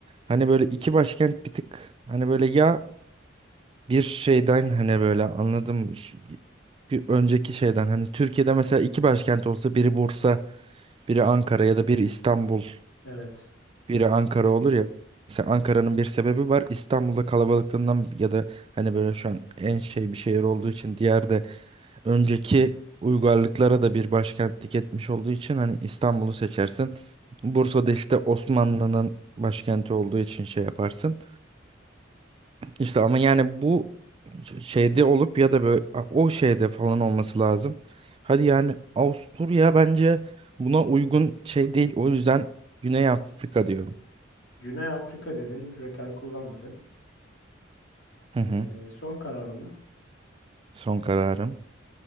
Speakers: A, on the right; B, on the left.
A: hani böyle iki başkent bir tık hani böyle ya bir şeyden hani böyle anladım şu- bir önceki şeyden hani Türkiye'de mesela iki başkent olsa biri Bursa, biri Ankara ya da biri İstanbul
B: Evet.
A: Biri Ankara olur ya. Mesela Ankara'nın bir sebebi var. İstanbul'da kalabalıklığından ya da hani böyle şu an en şey bir şehir olduğu için diğer de önceki uygarlıklara da bir başkentlik etmiş olduğu için hani İstanbul'u seçersin. Bursa'da işte Osmanlı'nın başkenti olduğu için şey yaparsın. İşte ama yani bu şeyde olup ya da böyle o şeyde falan olması lazım. Hadi yani Avusturya bence buna uygun şey değil. O yüzden Güney Afrika diyorum.
B: Güney Afrika dedin. Röker kullanmadın.
A: Hı
B: Ee,
A: hı.
B: son kararın mı?
A: Son kararım.